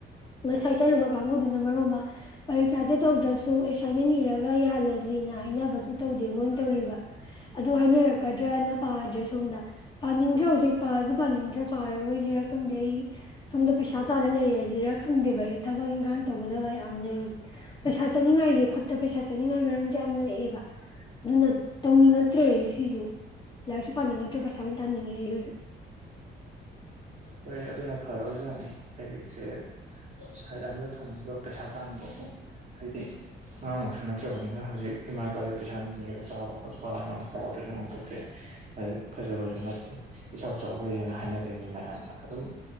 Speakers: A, on the left; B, on the right.
A: ꯉꯁꯥꯏ ꯆꯠꯂꯨꯕ ꯀꯥꯡꯕꯨꯗꯨꯅ ꯃꯔꯣ ꯑꯃ ꯄꯔꯤꯈ꯭ꯌꯥꯥꯁꯦ ꯇꯧꯗ꯭ꯔꯁꯨ ꯑꯦꯁꯥꯏꯟꯃꯦꯟ ꯅꯤꯔꯒ ꯌꯥꯍꯜꯂꯁꯤꯅ ꯍꯥꯏꯅꯕꯁꯨ ꯇꯧꯗꯦ ꯃꯣꯏꯅ ꯇꯧꯔꯤꯕ ꯑꯗꯨ ꯍꯥꯏꯅꯔꯛꯀꯗ꯭ꯔꯅ ꯄꯥꯗ꯭ꯔꯦ ꯁꯣꯝꯗ ꯄꯥꯅꯤꯡꯗ꯭ꯔ ꯍꯧꯖꯤꯛ ꯄꯥꯁꯨ ꯄꯥꯅꯤꯡꯗ꯭ꯔꯦ ꯄꯥꯔꯔꯣꯏꯁꯤꯔꯥ ꯈꯪꯗꯦ ꯑꯩ ꯁꯣꯝꯗ ꯄꯩꯁꯥ ꯇꯥꯜꯂ ꯂꯩꯔꯦꯁꯤꯔ ꯈꯪꯗꯦꯕ ꯑꯩ ꯊꯕꯛ ꯏꯪꯈꯥꯡ ꯇꯧꯒꯗꯕ ꯌꯥꯝ ꯂꯩ ꯍꯧꯖꯤꯛ ꯄꯩꯁꯥ ꯆꯠꯅꯤꯡꯉꯥꯏꯁꯦ ꯈꯨꯠꯇ ꯄꯩꯁꯥ ꯆꯠꯅꯤꯡꯉꯥꯏ ꯃꯔꯝꯁꯦ ꯌꯥꯝ ꯂꯛꯑꯦꯕ ꯑꯗꯨꯅ ꯇꯧꯅꯤꯡꯉꯛꯇ꯭ꯔꯦ ꯁꯤꯁꯨ ꯂꯥꯏꯔꯤꯛꯁꯨ ꯄꯥꯅꯤꯡꯉꯛꯇ꯭ꯔꯦ ꯄꯩꯁꯥ ꯑꯣꯏꯅ ꯇꯥꯅꯤꯡꯉꯛꯑꯦ ꯑꯩ ꯍꯧꯖꯤꯛ
B: ꯍꯣꯏ ꯑꯗꯨꯅ ꯐꯔꯔꯕꯖꯥꯠꯅꯤ ꯂꯥꯏꯔꯤꯛꯁꯦ ꯁꯥꯏꯠ ꯑꯗ ꯊꯝꯃꯒ ꯄꯩꯁꯥ ꯇꯥꯗ ꯍꯥꯏꯗꯤ ꯑꯉꯥꯡꯃꯛꯁꯨ ꯅꯠꯇ꯭ꯔꯕꯅꯤꯅ ꯍꯧꯖꯤꯛ ꯏꯃꯥ ꯏꯄꯥꯗꯤ ꯄꯩꯁꯥꯅꯤꯔꯒ ꯆꯥꯕ ꯈꯣꯠꯄꯅꯇ ꯄꯣꯠꯇꯁꯨ ꯉꯝꯄꯠꯇꯦ ꯐꯖꯕꯁꯨ ꯅꯠꯇꯦ ꯏꯆꯥꯎ ꯆꯥꯎꯥꯎꯈꯩ ꯍꯥꯏꯅ ꯍꯥꯏꯅꯗꯣꯏꯅꯦ ꯃꯌꯥꯝ ꯑꯗꯨꯝ